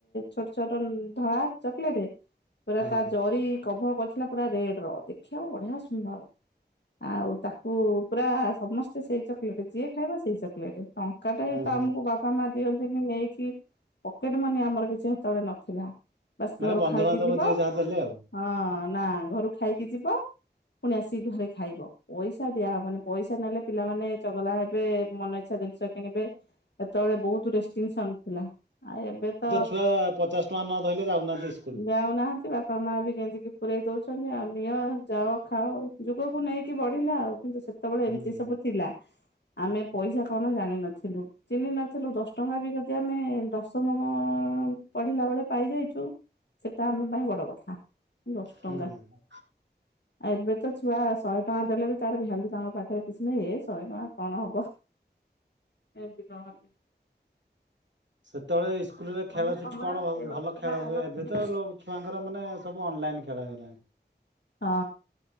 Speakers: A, on the left; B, on the right.
A: ଛୋଟ ଛୋଟ ଧଳା ଚକଲେଟ ପୁରା
B: ହଁ।
A: ତା ଜରି କଭର କରିଥିଲା ପୁରା ରେଡ ର ଦେଖିବାକୁ ବଢିଆ ସୁନ୍ଦର। ଆଉ ତାକୁ ପୁରା ସମସ୍ତେ ସେଇ ଚକୋଲେଟ ଯିଏ ଖାଇବ ସେଇ ଚକୋଲେଟ। ଟଙ୍କାଟାଏ
B: ହୁଁ
A: ତ
B: ହୁଁ
A: ଆମକୁ ବାପ ବାପା ମା ଦିଅନ୍ତିନି ନେଇକି ପକେଟ ମନି ଆମର କିଛି ସେତେବେଳେ ନଥିଲା। ବାସ
B: ମାନେ
A: ଘରୁ
B: ବନ୍ଧୁବାନ୍ଧବ
A: ଖାଇକି ଯିବ
B: ଯିଏ ଯାହା ଦେଲେ ଆଉ।
A: ହଁ ନା ଘରୁ ଖାଇକି ଯିବ ପୁଣି ଆସିକି ଘରେ ଖାଇବ। ପଇସା ଦିଆହବନି ପଇସା ନେଲେ ପିଲାମାନେ ଚଗଲା ହେବେ ମନ ଇଚ୍ଛା ଜିନିଷ କିଣିବେ ହେତେବେଳେ ବହୁତ ରେଷ୍ଟିଗେସନ ଥିଲା। ଆଉ ଏବେ ତ
B: ଛୁଆ ପଚାଶ ଟଙ୍କା ନ ଧଇଲେ ଯାଉନାହାନ୍ତି ସ୍କୁଲ
A: ଯାଉନାହାନ୍ତି ବାପ ବାପା ମାଆ ବି ଗେଞ୍ଜିକି ପୁରେଇ ଦେଉଛନ୍ତି ଆଉ ନିଅ ଯାଅ ଖାଅ ଯୁଗକୁ ନେଇକି ବଢିଲା ଆଉ କିନ୍ତୁ ସେ ସେତେବେଳେ
B: ହୁଁ
A: ଏମିତି
B: ହୁଁ।
A: ସବୁ ଥିଲା ଆମେ ପଇସା କଣ ଜାଣିିନଥିଲୁ ଚିହ୍ନି ନ ଥିଲୁ ଦଶ ଟଙ୍କା ବି ଯଦି ଆମେ ଦଶମ ପଢିଲା ବେଳେ ପାଇଯାଇଛୁ ସେଟା ଆମ ପାଇଁ ବଡ କଥା ଦଶ
B: ହୁଁ।
A: ଟଙ୍କା। ଆଉ ଏବେ ତ ଛୁଆ ଶହେ ଟଙ୍କା ଦେଲେ ବି ତାର ଭ୍ୟାଲୁ ତାଙ୍କ ପାଖରେ କିଛି ନାହିଁ ଏ ଶହେ ଟଙ୍କା କଣ ହବ। ଏମତି କହନ୍ତି।
B: ସେତେବେଳେ ଇସ୍କୁଲରେ ଖେଳ
A: ଆମ
B: ଛୁଟି
A: ସମୟ
B: କଣ ଭ
A: ସେ ଗୋଟେ
B: ଭଲ
A: ଥିଲା
B: ଖେଳ ହୁଏ
A: ସମୟ
B: ଏବେ ତ ଛୁଆଙ୍କର ମାନେ ସବୁ ଅନଲାଇନ୍ ଖେଳ ହେଇଗଲାଣି।
A: ହଁ